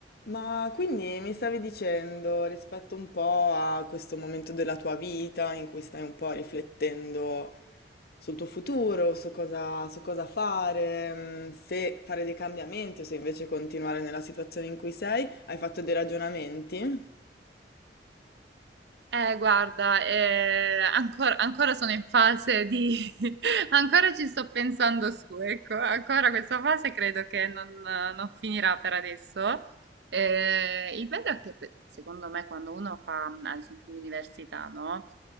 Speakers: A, on the left; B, on the right.
A: Ma quindi mi stavi dicendo rispetto un po' a questo momento della tua vita in cui stai un po' riflettendo sul tuo futuro, su cosa, su cosa fare, mm, se fare dei cambiamenti o se invece continuare nella situazione in cui sei, hai fatto dei ragionamenti?
B: Eh, guarda, eh, ancora, ancora sono in fase di... <laughs> ancora ci sto pensando su, ecco, ancora questa fase credo che non, non finirà per adesso. Eh, il bello è che pe- secondo me quando uno fa, ad esempio, l'università, no?